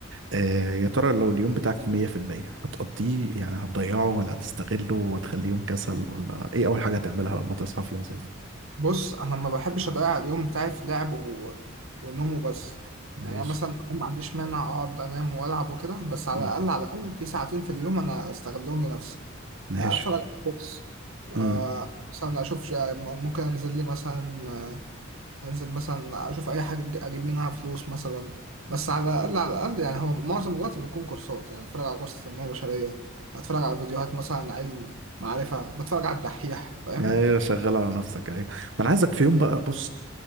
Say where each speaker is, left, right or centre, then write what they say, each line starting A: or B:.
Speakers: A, on the right; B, on the right.
A: آه يا ترى لو اليوم بتاعك 100% هتقضيه يعني هتضيعه ولا هتستغله وتخليه يوم كسل ولا ايه اول حاجة هتعملها لما تصحى في يوم زي ده
B: بص انا ما بحبش اضيع اليوم بتاعي في لعب و... ونوم وبس
A: ماشي
B: يعني انا مثلا ما عنديش مانع اقعد انام والعب وكده بس على
A: مم.
B: الاقل على الاقل في ساعتين في اليوم انا استغلهم لنفسي
A: ماشي
B: اتفرج على كورس
A: امم
B: آه، مثلا اشوف ش- ممكن انزل لي مثلا آه، انزل مثلا اشوف اي حاجه أج- اجيب منها فلوس مثلا بس على الاقل على الاقل يعني هو معظم الوقت بيكون كورسات يعني اتفرج على كورس تنميه بشريه اتفرج على فيديوهات مثلا عن علم معرفه بتفرج على الدحيح فاهم
A: ايوه شغال على نفسك ايوه ما انا عايزك في يوم بقى بص